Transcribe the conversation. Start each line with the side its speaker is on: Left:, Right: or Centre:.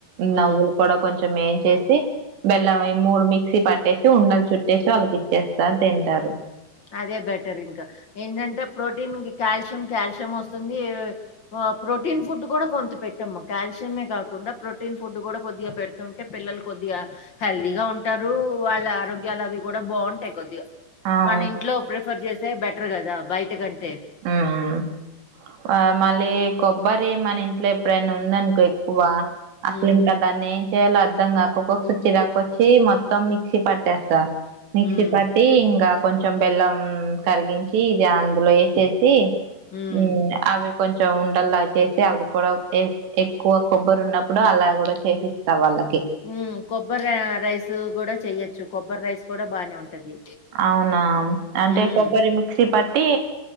Left: హ్మ్.
Right: నవ్వులు కూడా కొంచెం ఎంచేసి బెల్లం ఈ మూడు మిక్సీ పట్టేసి ఉండలు చుట్టేసి వాళ్ళకి ఇచ్చేస్తారు తింటారు
Left: అదే బెటర్ ఇంకా ఏంటంటే ప్రోటీన్ కాల్షియం కాల్షియం వస్తుంది ప్రోటీన్ ఫుడ్ కూడా కొంత పెట్టమ్మ కాల్షియమే కాకుండా ప్రోటీన్ ఫుడ్ కూడా కొద్దిగా పెడుతుంటే పిల్లలు కొద్దిగా హెల్తీగా ఉంటారు వాళ్ళ ఆరోగ్యాలు అవి కూడా బావుంటాయి కొద్దిగా
Right: అవును
Left: మన ఇంట్లో ప్రిఫర్ చేసే బెటర్ కదా బయట కంటే
Right: ఉమ్. ఆ మళ్ళీ కొబ్బరి మన ఇంట్లో ఎప్పుడైనా ఉందనుకో ఎక్కువ అసలు
Left: హ్మ్.
Right: ఇంకా దాన్ని ఏం చేయాలి అర్ధం కాక ఒక్కొక్క సారి చిరాకు వచ్చి మొత్తం మిక్సీ పట్టేస్ గ మిక్సీ
Left: హ్మ్
Right: పట్టి ఇంకా కొంచెం బెల్లం కరిగించి ఇది అందులో ఎసేసి సి
Left: హ్మ్
Right: మ్ అవి కొంచెం ఉండల్లా చేసి అవి కూడా ఎ ఎక్కువ కొబ్బరున్నప్పుడు అలా కూడా చేసిస్తా వాళ్ళ
Left: ఉమ్ కొబ్బరి రైస్ కూడా చెయొచ్చు కొబ్బరి రైస్ కూడా బానే ఉంటది
Right: అవునా అంటే
Left: హ్మ్.
Right: కొబ్బరి మిక్సీ పట్టి